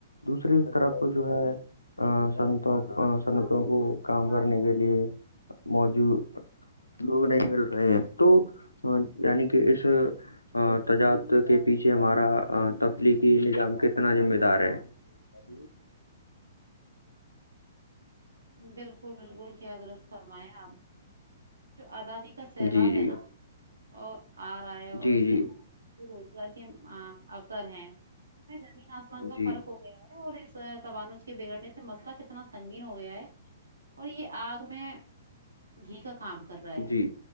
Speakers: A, on the left; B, on the right.
A: دوسری طرف جو ہے ا سنتوں
B: آپ کے
A: سنتوں
B: پاس سے
A: کو کام
B: آواز
A: کرنے
B: آ رہی
A: کے لیے موجود لوگ نہیں مل رہے ہیں تو یعنی کہ اس تجاد کے پیچھے ہمارا تفلیقی نظام کتنا ذمہ دار ہے <inaudible>
B: بالکل بالکل بالکل کیا درست فرمایا آپ نے جو ازادی کا سیلاب
A: جی جی
B: ہے نا اور آ رہا ہے اور
A: جی
B: اس کے روزگار کے اوسر ہیں ہم میں زمین آسمان کا
A: جی
B: فرق
A: جی
B: ہو گیا ہے اور اس توانج کے بگڑنے سے مسئلہ کتنا سنگین ہو گیا ہے اور یہ آگ میں گھی کا کام کر کر رہا ہے
A: جی